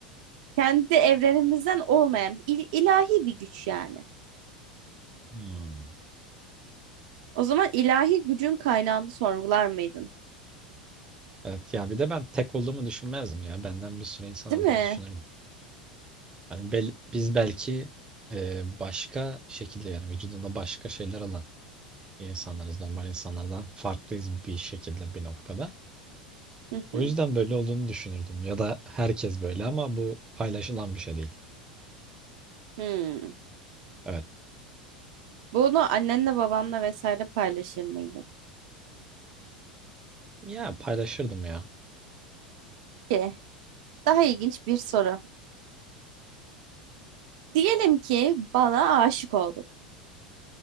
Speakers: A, on the right; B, on the right.
A: kendi evrenimizden olmayan il- ilahi bir güç yani.
B: Hmm.
A: O zaman ilahi gücün kaynağını sorgular mıydın?
B: Evet ya bir de ben tek olduğumu düşünmezdim ya. Benden bir sürü insan
A: Değil
B: olduğunu
A: mi?
B: düşünürdüm. Hani bel- biz belki e, başka şekilde yani vücudunda başka şeyler olan insanlarız. Normal insanlardan farklıyız bir şekilde bir noktada.
A: Hı
B: O
A: hı.
B: yüzden böyle olduğunu düşünürdüm. Ya da herkes böyle ama bu paylaşılan bir şey değil.
A: Hmm.
B: Evet.
A: Bunu annenle babanla vesaire paylaşır mıydın?
B: Ya paylaşırdım ya.
A: Ki daha ilginç bir soru. Diyelim ki bana aşık oldun.